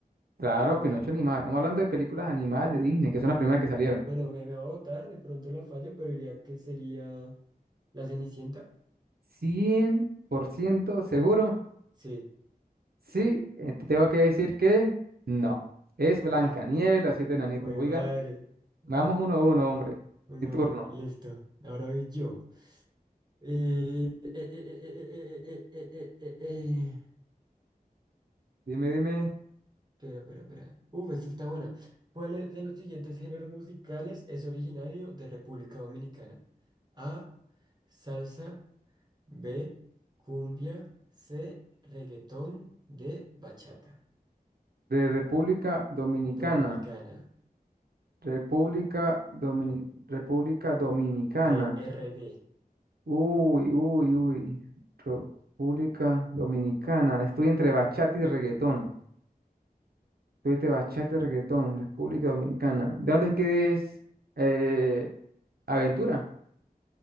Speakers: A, on the right; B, on the right.
A: Claro, Pinocho animada. Estamos hablando de películas animadas de Disney, que son las primeras que salieron.
B: Bueno, me, me va a votar, de pronto la fallo, pero diría que sería la Cenicienta.
A: 100% seguro.
B: Sí.
A: Sí, eh, te tengo que decir que no. Es Blancanieves,
B: Ay,
A: y los siete enanitos.
B: güey,
A: Oigan,
B: madre. Es
A: vamos uno a uno, hombre.
B: uno
A: Mi turno.
B: a uno. Listo. Ahora voy yo. Eh, eh, eh, eh, eh, eh, eh, eh, eh, eh. eh, eh.
A: Dime, dime.
B: Espera, espera, espera. Uf, esta está buena. ¿Cuál es de los siguientes géneros musicales es originario de República Dominicana? A. Salsa. B, cumbia. C, reggaetón. D, bachata.
A: De República Dominicana.
B: Dominicana.
A: República Domini- República Dominicana.
B: D, R D
A: Uy, uy, uy. República Dominicana. Estoy entre bachata y reggaetón. Tuviste bachata y reggaetón, República Dominicana. ¿De dónde es que es eh, Aventura?